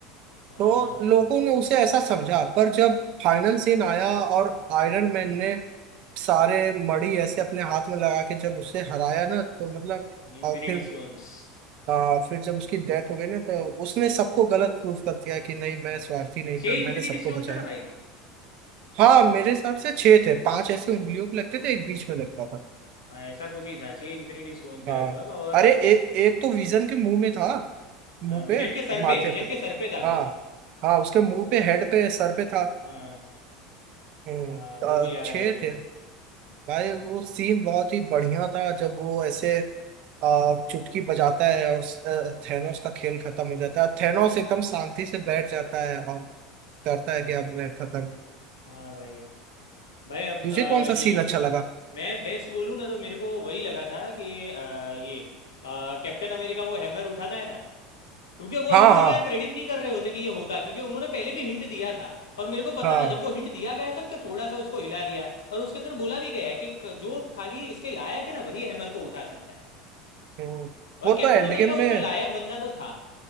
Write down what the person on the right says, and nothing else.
तो
लोगों ने उसे ऐसा समझा पर जब फाइनल सीन आया और आयरन मैन ने सारे मड़ी ऐसे अपने हाथ में लगा के जब उसे हराया ना तो मतलब
और फिर
हाँ फिर जब उसकी डेथ हो गई ना तो उसने सबको गलत प्रूफ कर दिया कि नहीं मैं
स्वार्थी नहीं
था मैंने
सबको
बचाया
हाँ मेरे हिसाब से छह थे पांच ऐसे उंगलियों पे लगते थे एक बीच में लगता था
हाँ
अरे ए, एक तो विजन के मुंह में था मुंह
पे
माथे
पे
हाँ हाँ उसके मुंह पे हेड पे सर पे था
हम्म,
तो
छह
थे भाई
वो सीन बहुत ही बढ़िया था जब वो ऐसे आ, चुटकी बजाता है और थेनोस का खेल खत्म हो जाता है थेनोस एकदम शांति से बैठ जाता है और करता है
कि अब मैं
खत्म
तुझे
कौन
सा सीन अच्छा लगा
हाँ
हाँ
हाँ
हम्म,
वो
तो एंड
गेम
में